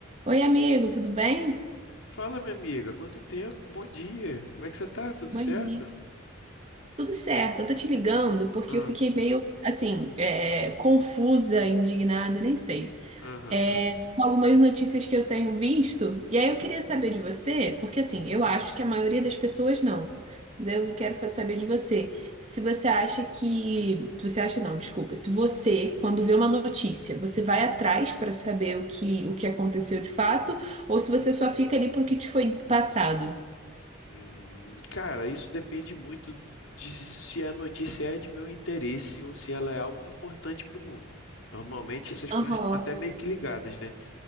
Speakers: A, on the right; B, on the left.
A: Oi, amigo, tudo bem?
B: Fala, minha amiga, quanto tempo? Bom dia. Como é que você tá? Tudo
A: Bom
B: certo?
A: dia. Tudo certo. Eu tô te ligando porque
B: Ah,
A: eu fiquei meio, assim, é, confusa, indignada, nem sei.
B: aham.
A: É, com algumas notícias que eu tenho visto. E aí eu queria saber de você, porque assim,
B: Hum.
A: eu acho que a maioria das pessoas não. Mas eu quero fa- saber de você. Se você acha que. Se você acha não, desculpa. Se você, quando vê uma notícia, você vai atrás pra saber o que, o que aconteceu de fato, ou se você só fica ali porque te foi passado.
B: Hum, Cara, isso depende muito de se a notícia é de meu interesse ou se ela é algo importante para o mundo. Normalmente essas
A: Aham.
B: coisas estão até meio que ligadas, né?